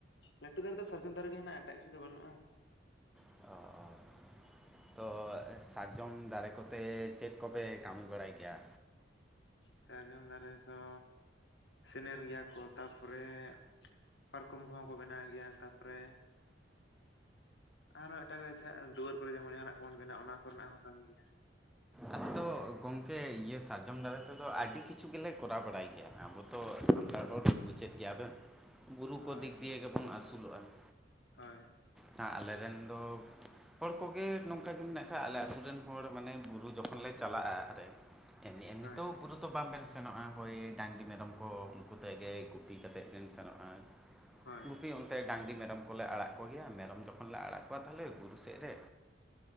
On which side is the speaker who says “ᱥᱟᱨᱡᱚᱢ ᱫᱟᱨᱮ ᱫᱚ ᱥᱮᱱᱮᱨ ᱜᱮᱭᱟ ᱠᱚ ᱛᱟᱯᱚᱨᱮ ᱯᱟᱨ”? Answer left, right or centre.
Left